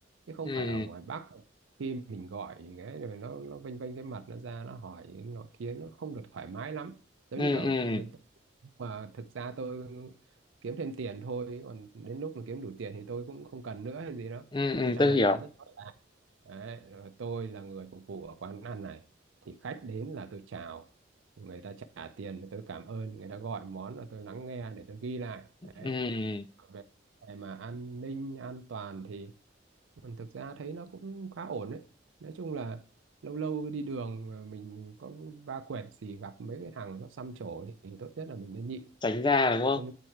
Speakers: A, on the right; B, on the left.
A: chứ không
B: ừ
A: phải ở ngoài Bắc khi mình gọi nghe rồi nó nó vênh vênh cái mặt nó ra nó hỏi nó kia nó không được thoải mái lắm giống
B: ừ
A: như kiểu
B: ừ
A: tôi- mà thực ra tôi kiếm thêm tiền thôi còn đến lúc mà kiếm đủ tiền thì tôi cũng không cần nữa hay gì đó
B: ừ ừ,
A: ở trong
B: tôi
A: này
B: hiểu
A: người ta rất rõ ràng đấy rồi tôi là người phục vụ ở quán ăn này thì khách đến là tôi chào người ta trả tiền thì tôi cảm ơn người ta gọi món là tôi lắng nghe để tôi ghi lại đấy
B: ừ
A: Còn về cái mà an ninh an toàn thì ừ, thực ra thấy nó cũng khá ổn đấy nói chung là lâu lâu đi đường mà mình có va quẹt gì gặp mấy cái thằng nó xăm trổ thì tốt nhất là mình nên nhịn
B: tránh ra đúng
A: không